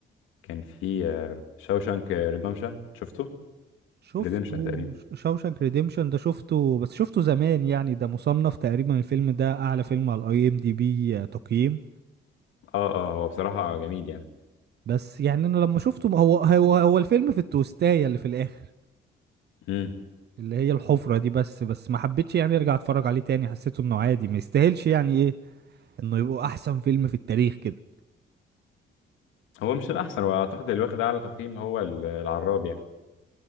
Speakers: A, on the left; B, on the right.
A: كان في شاوشانك ريدمشن شفته
B: شفته
A: ريديمشن تقريبا
B: شوشانك ريديمشن ده شفته بس شفته زمان يعني ده مصنف تقريبا الفيلم ده اعلى فيلم على الاي ام دي بي تقييم
A: اه اه هو بصراحة جميل يعني
B: بس يعني انا لما شفته ما هو هو هو الفيلم في التوستاية اللي في الاخر
A: امم
B: اللي هي الحفرة دي بس بس ما حبيتش يعني ارجع اتفرج عليه تاني حسيته انه عادي ما يستاهلش يعني ايه انه يبقى احسن فيلم في التاريخ كده
A: هو مش الأحسن وأعتقد اللي واخد أعلى تقييم هو ال- العراب يعني